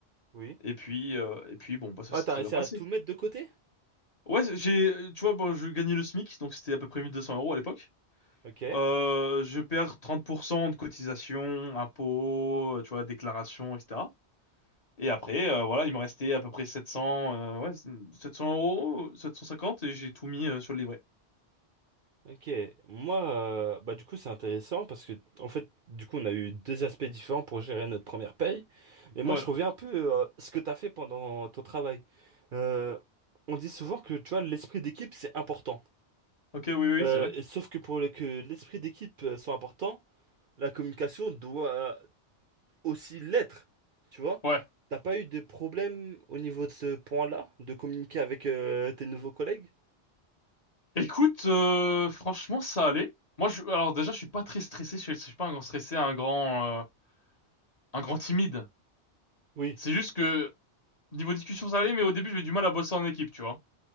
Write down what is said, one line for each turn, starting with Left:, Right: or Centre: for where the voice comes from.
Right: oui.
Left: Et puis, euh, et puis bon, bah, ça
Right: Ah,
Left: s'est
Right: t'as
Left: très
Right: réussi
Left: bien passé.
Right: à tout mettre de côté?
Left: Ouais, c'est- j'ai, tu vois, bon, je gagnais le SMIC, donc c'était à peu près 1200 euros à l'époque.
Right: Ok.
Left: Euh, je perds 30% de cotisation, impôts, tu vois, déclaration, etc. Et après, euh, voilà, il me restait à peu près 700, euh, ouais, 700 euros, 750, et j'ai tout mis euh, sur le livret.
Right: Ok. Moi, euh, bah du coup, c'est intéressant parce que, en fait, du coup, on a eu deux aspects différents pour gérer notre première paye. Mais moi,
Left: Ouais.
Right: je reviens un peu euh, ce que t'as fait pendant ton travail. Euh, on dit souvent que, tu vois, l'esprit d'équipe, c'est important.
Left: Ok, oui, oui,
Right: Euh,
Left: c'est vrai.
Right: et sauf que pour le- que l'esprit d'équipe euh, soit important, la communication doit aussi l'être, tu vois?
Left: Ouais.
Right: T'as pas eu de problème au niveau de ce point-là, de communiquer avec euh, tes nouveaux collègues?
Left: Écoute, euh, franchement, ça allait. Moi, je, alors déjà, je suis pas très stressé. Je suis, je suis pas un grand stressé, un grand, euh, un grand timide.
Right: Oui,
Left: C'est juste que niveau discussion, ça allait, mais au début, j'avais du mal à bosser en équipe, tu vois.